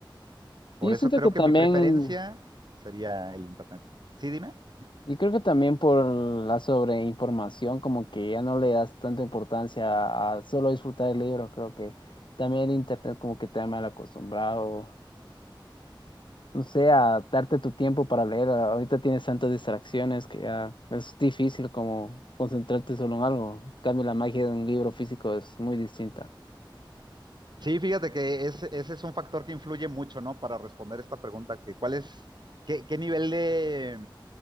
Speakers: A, on the right; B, on the left.
A: Por
B: Y yo
A: eso
B: siento
A: creo
B: que también,
A: que mi preferencia sería el internet. Sí, dime.
B: y creo que también por la sobreinformación, como que ya no le das tanta importancia a solo disfrutar el libro, creo que también el internet como que te ha mal acostumbrado no sé, a darte tu tiempo para leer. A- Ahorita tienes tantas distracciones que ya es difícil como concentrarte solo en algo. En cambio, la magia de un libro físico es muy distinta.
A: Sí, fíjate que es- ese es un factor que influye mucho, ¿no? Para responder esta pregunta, que cuál es, qué, qué nivel de,